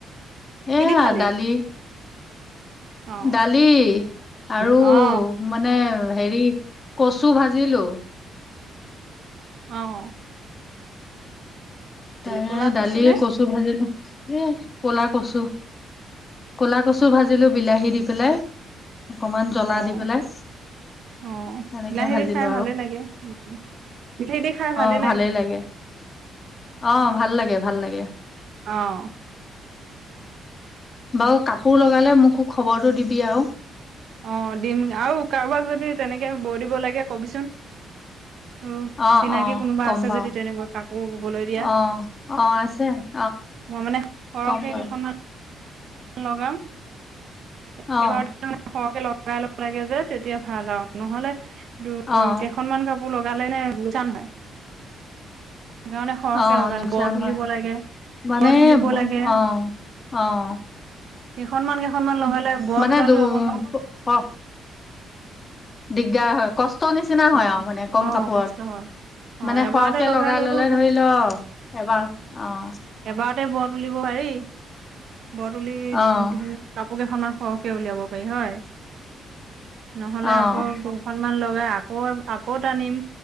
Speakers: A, on the right (about 65°); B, on the left (about 35°).
A: কি
B: এয়া
A: দি খালি
B: দালি।
A: অ
B: দালি আৰু
A: অ
B: মানে হেৰি কচু ভাজিলোঁ
A: অঁ
B: ত
A: ক'লা
B: দালিয়ে
A: নে
B: কচু ভাজিলো, এ ক'লা কচু, কলা। কচু ভাজিলো বিলাহী দি পেলাই অকমান জ্বলা
A: অঁ,
B: দি পেলাই
A: অঁ
B: তেনেকে
A: বিলাহী
B: ভাজিলো
A: দি খাই ভালে লাগে, উ বিলাহী দি খাই ভালে
B: অঁ ভালেই লাগে, অঁ ভাল লাগে। ভাল লাগে।
A: অঁ
B: বাৰু কাপোৰ লগ সোনকালে মোকো খবৰটো দিবি আও
A: অঁ দিম আৰু কাৰোবাক যদি তেনেকে বৈ দিব লাগে কবিচোন। উ
B: অ',
A: চিনাকি
B: অ',
A: কোনোবা
B: ক'ম
A: আছে
B: বাৰু।
A: যদি তেনেকুৱা কাপোৰ ববলৈ দিয়া
B: অ', <unintelligible>
A: মই মানে সৰহকে
B: ক'ম বাৰু
A: কেইখনমান। লগাম
B: অ',
A: একেবাৰতে মানে সৰহকে লগাম লগাই লব লাগে যে তেতিয়া ভাল আও নহলে দু
B: অ'।
A: কেইখনমান কাপোৰ লগালে নে লোকচান হয় সেইকাৰণে সৰহকে
B: অঁ
A: লগালে
B: লোকচান
A: বৰ তুলিব
B: হয়
A: লাগে
B: মানে,
A: বৰ তুলিব
B: ব
A: লাগে
B: অঁ অঁ
A: কেইখনমান কেইখনমান লগালে বৰতোলাটোৱে
B: মানে দু
A: অকণমান
B: অ', দিগদাৰ হয় কষ্ট কষ্ট নিচিনা
A: অ
B: হয় আও মানে কম
A: অ
B: কাপোৰত
A: কষ্ট হয় অ
B: মানে
A: এবাৰতে
B: সৰহকে লগাই
A: ললো
B: ললে ধৰি লও এবাৰ অঁ
A: এবাৰতে ব তুলিব পাৰি, ব তুলি
B: অ',
A: ধ কাপোৰকেইখন <unintelligible> সহকে উলিয়াব পাৰি হয় নহলে
B: অ',
A: আকৌ দুখনমান লগাই আকৌ কৌ টানিম